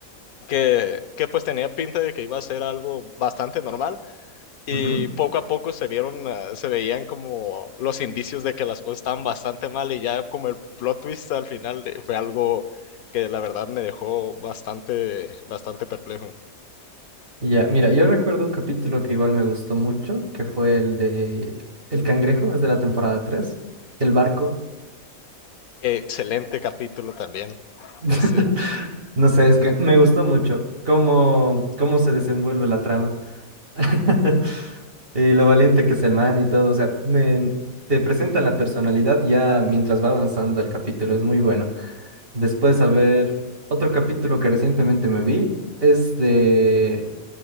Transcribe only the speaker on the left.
que, que pues tenía pinta de que iba a ser algo bastante normal y
poco a poco se vieron, eh, se veían como los indicios de que las cosas estaban bastante mal y ya como el plot twist al final eh, fue algo que la verdad me dejó bastante, bastante perplejo.
Excelente capítulo también.
Este,